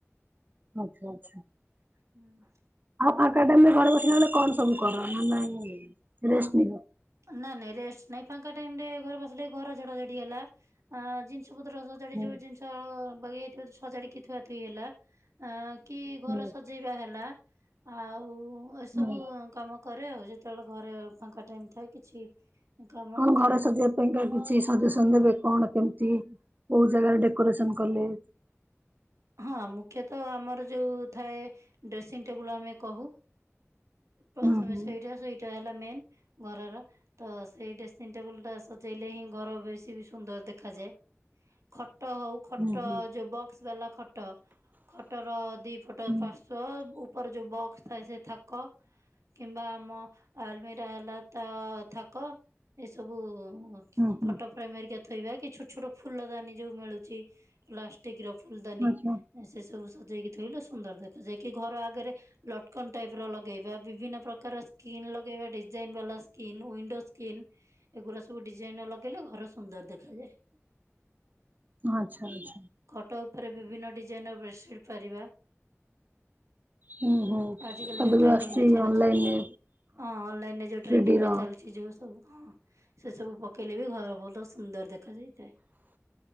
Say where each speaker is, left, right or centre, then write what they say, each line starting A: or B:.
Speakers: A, on the right; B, on the right.
A: ଆଛା ଆଛା
B: ହୁଁ ଉଁ
A: ଆଉ ପାଙ୍କା ଟାଇମ ଘରେ ବସିଲା ବେଳେ କଣ ସବୁ କର ନା ନାଇଁ ରେଷ୍ଟ ନିଅ?
B: ନାଇଁ ନାଇଁ ରେଷ୍ଟ ନାଇଁ, ଫାଙ୍କା ଟାଇମ ରେ ଘରେ ବସିଲେ, ଘର ଝଡା ଝଡି ହେଲା, ଜିନିଷ ପତ୍ର ସଜାଡି
A: ହୁଁ
B: ଯୋଉ ଜିନିଷ ବଗି ଯାଇଥିବ ସଜାଡିକି ଥୁ ଆଥୁଇ ହେଲା ଅ କି ଘର
A: ହୁଁ
B: ସଜେଇବା ହେଲା ଆଉ ଏସବୁ
A: ହୁଁ
B: କାମ କରେ ଆଉ, ଯେତେବେଳେ ଘରେ ଫାଙ୍କା ଟାଇମ ଥାଏ କିଛି କାମ
A: କଣ
B: ନଥାଏ
A: ଘରେ ସଜେ ପାଇଁକା କିଛି ସଜେସନ ଦେବେ କଣ କେମିତି କୋଉ ଜାଗାରେ ଡେକୋରେସନ କଲେ?
B: ହଁ ମୁଖ୍ୟତଃ ଆମର ଯୋଉ ଥାଏ ଡ୍ରେସିଂ ଟେବୁଲ ଆମେ କହୁ। ପ୍ରଥମେ
A: ହୁଁ ହୁଁ
B: ସେଇଟା, ସେଇଟା ହେଲା ମେନ୍ ଘରର ତ ସେଇ ଡ୍ରେସିଂ ଟେବୁଲ ଟା ସଜେଇଲେ ହିଁ ଘର ବେଶୀ ବି ସୁନ୍ଦର ଦେଖାଯାଏ। ଖଟ ହଉ ଖଟ
A: ହୁଁ ହୁଁ
B: ଯୋଉ ବକ୍ସ ବାଲା ଖଟ ଖଟ, ଖଟର ଦି ପଟ
A: ହୁଁ
B: ପାର୍ଶ୍ୱ ଉପର ଯୋଉ ବକ୍ସ ଥାଏ ସେ ଥାକ କିମ୍ବା ଆମ ଆଲମିରା ହେଲା ତ ଥାକ ଏସବୁ
A: ହୁଁ ହୁଁ
B: ଫଟୋ ଫ୍ରେମ ହେରିକା ଥୋଇବା କି ଛୋଟ ଛୋଟ ଫୁଲ ଦାନୀ ଯୋଉ ମିଳୁଛି ପ୍ଲାଷ୍ଟିକ ର ଫୁଲଦାନୀ
A: ଆଚ୍ଛା
B: ସେ ସବୁ ସଜେଇକି ଥୋଇଲେ ସୁନ୍ଦର ଦେଖାଯାଏ କି ଘର ଆଗରେ ଲଟକନ ଟାଇପ ର ଲଗେଇବା, ବିଭିନ୍ନ ପ୍ରକାର ସ୍କିନ୍ ଲଗେଇବା ଡି ଡିଜାଇନ ବାଲା ସ୍କିନ୍, ୱଣ୍ଡୋ ସ୍କିନ୍, ଏଗୁଡା ସବୁ ଡିଜାଇନ ଲଗେଇଲେ ଘର ସୁନ୍ଦର ଦେଖାଯାଏ।
A: ଆଛା, ଆଛା
B: ଖଟ ଉପରେ ବିଭିନ୍ନ ଡିଜାଇନ ର ବେଡ଼ସିଟ ପାରିବା
A: ହୁଁ ହୁଁ
B: ଆଜି କାଲି
A: ଏବେ
B: ଯୋଉ ଟ୍ରେଣ୍ଡିଂ
A: ଆସୁଛି
B: ରେ ଚାଲୁଛି।
A: ଅନଲାଇନରେ
B: ହଁ ଅନଲାଇନ ରେ ଯୋଉ ଟ୍ରେଣ୍ଡିଂ
A: ଥ୍ରୀଡି ର
B: ରେ ଚାଲିଛି ଯୋଉ ସବୁ, ହଁ ସେ ସବୁ ପକେଇଲେ ବି, ଘର ଭଲ ସୁନ୍ଦର ଦେଖାଯାଇଥାଏ।